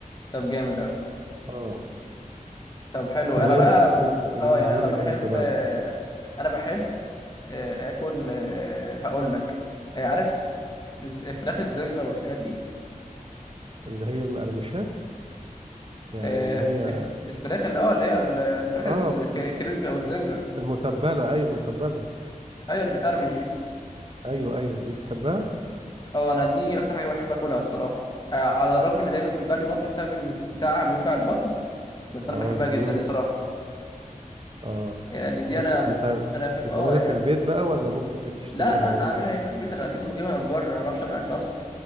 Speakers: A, on the left; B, on the right.
A: طب جامد قوي
B: اه
A: طب حلو
B: طب
A: انا
B: وانت
A: بقى
B: أن- بالنسبه
A: اه يعني انا
B: لك
A: بحب
B: انت بقى
A: آه، انا بحب آه، اكل آه، هقول لك آه، عارف الز- فراخ الزنجر والحاجات دي
B: اللي هي المقرمشات يعني
A: آه،
B: اللي هي
A: الف- الفراخ اللي اه اللي هي الفراخ
B: اه
A: الكريسبي
B: بتبقى
A: او الزنجر
B: آه، المتبله اي المتبله
A: ايوه اللي بتقرمش دي
B: ايوه ايوه دي بتحبها
A: اه انا دي اكتر حاجه بحب اكلها الصراحه آه، على الرغم ان دايما بتوجع لي بطني بسبب ان الزيت بتاعها بيوجع البطن بس
B: اه
A: انا بحبها
B: الزيوت
A: جدا الصراحه
B: اه
A: يعني دي
B: بت...
A: انا
B: بتع...
A: انا في
B: بتعملها
A: اه يعني
B: في البيت
A: أنا-
B: بقى ولا ممكن بتشتريها
A: لا لا
B: يعني انت
A: اعملها ايه من البيت انا اكيد بجيبها من بره انا ما بعرفش اعمل اكل اصلا